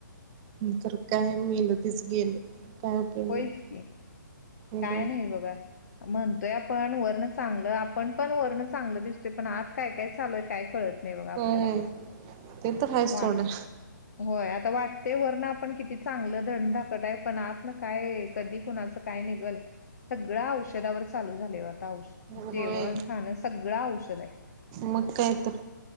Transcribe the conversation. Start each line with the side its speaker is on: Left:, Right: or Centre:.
Right: नाहीतर काय मेल तेच गेलं. काय उपयोग
Left: होईच
Right: नाही
Left: की,
Right: हाय
Left: काय
Right: की
Left: नाही बघा. म्हणतोय आपण वरन चांगलं, आपण पण वरन चांगलं दिसतोय पण आत काय -काय चालूय काय कळत नाही बघा आपल्याला
Right: होय
Left: पण
Right: ते तर हायच
Left: वाट
Right: सोडा
Left: होय, आता वाटतंय वरण आपण किती चांगलं धड-धाकट आहे पण आत काय कधी, कुणाच काय निघल. सगळं औषधावर चालू झाले आता औष
Right: होय
Left: जेवण -खाणं सगळं औषध हाय.
Right: मग काय तर